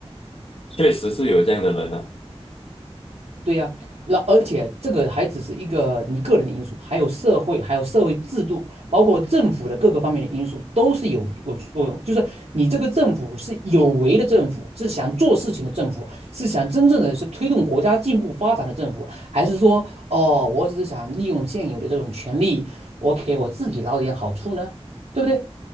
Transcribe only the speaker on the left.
确实是有这样的人了、啊